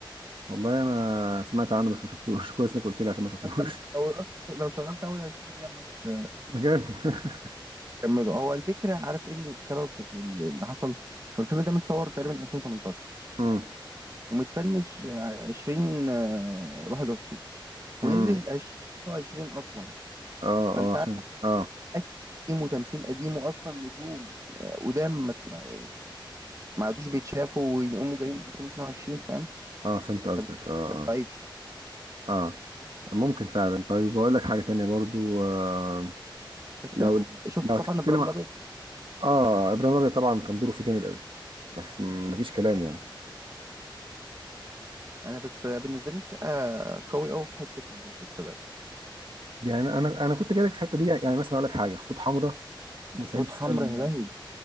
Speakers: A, on the right (about 80°); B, on the right (about 40°).
A: والله انا سمعت عنه بس ما شفتوش <laughs> كويس انك قلت لي عشان ما شفتوش
B: انت لو لو شغلت اول 20 دقيقة مش
A: بجد <laughs>
B: كملوا هو الفكره عارف ايه اللي سبب اللي اللي حصل هو الفيلم ده متصور تقريبا 2018
A: امم
B: ومتفنش 20 آه، 21
A: امم
B: ونزل 2020 اصلا
A: اه
B: فانت
A: اه عشان
B: عارف
A: اه
B: اكشن قديم وتمثيل قديم واصلا نجوم آه، قدام ما ما- يعني ما عادوش بيتشافوا ويقوموا جايين 2022 فاهم
A: اه فهمت قصدك
B: فالفيلم
A: اه اه
B: ضعيف شويه
A: اه ممكن فعلا طيب بقول لك حاجة تانية برضو آه
B: بس
A: لو
B: انا شفت
A: لو هتتكلم
B: طبعا ابراهيم الابيض
A: اه ابراهيم الابيض طبعا كان دوره فيه جامد قوي مف- مفيش كلام يعني
B: انا بس بالنسبه لي السقا قوي قوي في حته المسلسلات
A: يعني انا انا كنت جايلك في الحته دي يعني مثلا اقول لك حاجه خطوط حمراء مسلسل
B: خطوط حمراء يا لهوي